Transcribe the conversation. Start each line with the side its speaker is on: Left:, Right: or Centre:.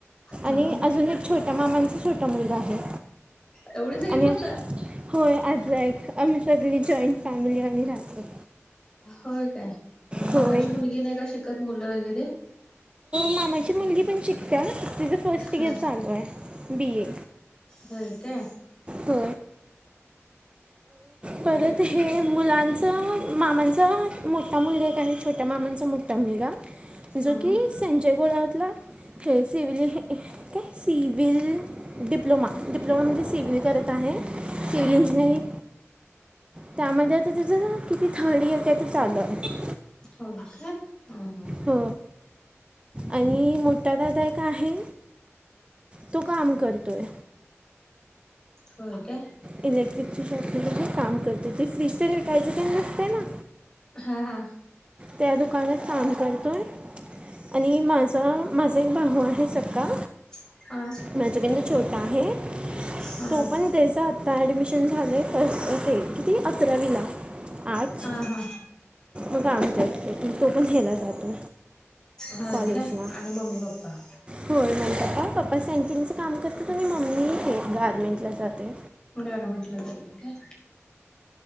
Left: हा
Right: आणि अजून छोट्या मामांचा छोटा मुलगा आहे.
Left: एवढी सगर
Right: आणि
Left: होता.
Right: होय आज एकक आम्ही सगळी जॉईंट फॅमिली आम् राहतो.
Left: होय काय
Right: होय
Left: मामाची मुलगी नाही का शिकत मुलं वगैरे
Right: मामाची मुलगी पण शिकत तिचं फर्स्ट
Left: हा
Right: इयर चालू आहे बी ए.
Left: हो ते.
Right: हो परत तर हे मुलांचा मामांचा मोठा मुलगा आहे आणि छोट्या मामांचा मोठा मुलगा
Left: हम्म
Right: जो की संजय गोळावरतला हे सिव्हल हे काय सिव्हिल डिप्लोमा डिप्लोमा मध्ये सिव्हिल. करत आहे सिव्हिल इंजिनिअरिंग.
Left: हम्म
Right: त्यामध्ये आता त्याचं ना किती थर्ड इयर त्यात चालू आहे.
Left: हो का? हम्म हम्म.
Right: हो आणि मोठा दाादा एक आहे. तो काम करतोय.
Left: होय का.
Right: इलेक्ट्रिकची <inaudible> काम करते ते फ्रीज तर भेटायचं का नसतय ना.
Left: हा हा.
Right: त्या दुकानात काम करतो. आणि माझा माझा एक भाऊू आहे सक्का.
Left: हा
Right: माझी बी छोटा आहे.
Left: हा हा
Right: तो पण त्याचा आता ऍडमिशन झालंय किती अकरावीला. आर्ट्स
Left: हा
Right: <inaudible> तो पण याला जातो
Left: होय
Right: कॉलेजला.
Left: काय आणि मम्मी पप्पा
Right: होय म पप्पा पप्पा सायकलिंगच काम करत आणि मम्मी गारमेंट ला जाते.
Left: गारमेंट ला जाले काय.